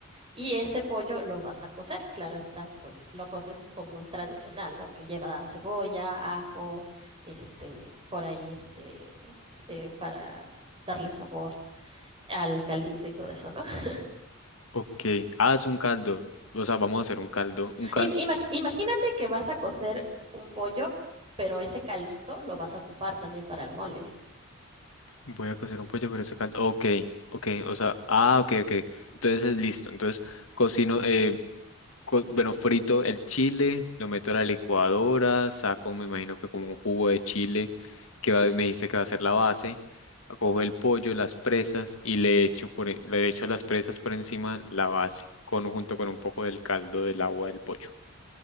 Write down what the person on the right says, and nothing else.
Y ese pollo lo vas a cocer, claro está, pues lo coces como el tradicional, ¿no? Que lleva cebolla, ajo, este, por ahí, este, es- eh, para darle sabor al caldito y todo eso, ¿no? <laughs>
Im- imagi- imagínate que vas a cocer un pollo, pero ese caldito lo vas a ocupar también para el mole.